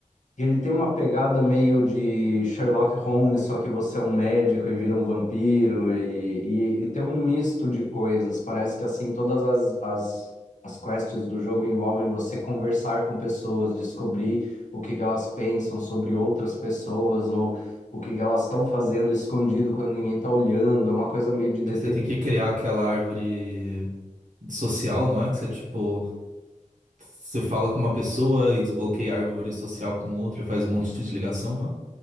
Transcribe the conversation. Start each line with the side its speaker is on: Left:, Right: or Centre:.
Left: Que ele tem uma pegada meio de Sherlock Holmes, só que você é um médico e vira um vampiro, e, e, e tem um misto de coisas. Parece que assim, todas as, as, as quests do jogo envolvem você conversar com pessoas, descobrir o que que elas pensam sobre outras pessoas, ou o que que elas estão fazendo escondido quando ninguém está olhando. É uma coisa meio de detetive.
Right: É que você tem que criar aquela árvore social, não é? Que você, tipo, você fala com uma pessoa e desbloqueia a árvore social com outra, e faz um monte de ligação, não é?